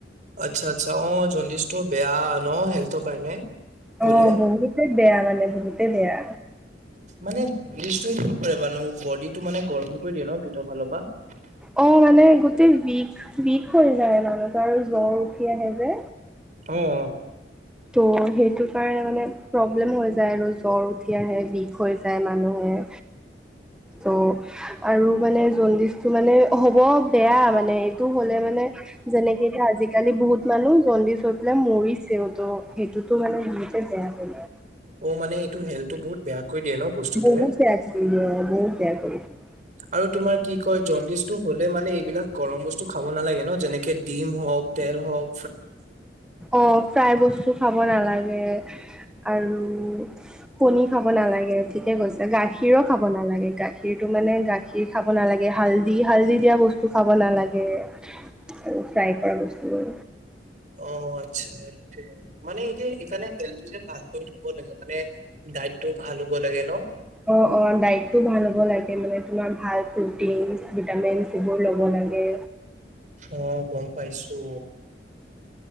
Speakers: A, on the right (about 45°); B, in the centre.
A: আচ্ছা আচ্ছা অ' জণ্ডিষ্টটো বেয়া ন হেল্থৰ কাৰণে। হ'লে।
B: অ' বহুতে বেয়া মানে বহুতে বেয়া।
A: মানে কৰে মানুহো বডিটো মানে গৰম কৰি দিয়ে ন ভিতৰ ফালৰ পৰা। <inaudible>
B: অ' মানে গোটেই বিষ বিষ হৈ যায় মানে তাৰ জ্বৰ উঠি আহে যে।
A: অ' অ'।
B: ত' সেইটো কাৰণে মানে প্ৰব্লেম হৈ যায় আৰু জ্বৰ উঠি আহে বিষ হৈ যায় মানুহে এ ত আৰু মানে জণ্ডিচটো মানে হ'ব বেয়া মানে এইটো হ'লে মানে যেনেকে এতিয়া আজিকালি বহুত মানুহ জণ্ডিছ হৈ পেলাই মৰিছেও ত' সেইটোতো মানে সেনেকে বেয়া হয় না
A: অ মানে এইটো হেলো বহুত বেয়া কৰি দিয়ে ন বস্তুটোৱে।
B: বহুত বেয়া কৰি দিয়ে বহুত বেয়া কৰি দিয়ে
A: আৰু তোমাৰ কি কয় জণ্ডিচটো হ'লে মানে এইবিলাক গৰম বস্তু খাব নালাগে ন যেনেকে ডিম হওঁক তেল হওঁক
B: অ প্ৰায় বস্তু খাব খাব নালাগে আৰু কণী খাব নালাগে ঠিকেই কৈছা গাখীৰো খাব নালাগে গাখীৰটো মানে গাখীৰ খাব নালাগে হালধি হালধি দিয়া বস্ তো খাব নালাগে আৰু ফ্ৰাই কৰা বস্তুবোৰ
A: অ আচ্ছা আচ্ছা মানে এই যে এইকাৰণে হেল টো যে ভাল কৰি থব লাগে মানে ডাইটটো ভাল হ'ব লাগে ন?
B: অ অ দাইতটো ভাল হ'ব লাগে মানে তোমাক ভাল প্ৰটিন, ভিটামিনছ এইবোৰ ল'ব লাগে
A: অ গম পাইছো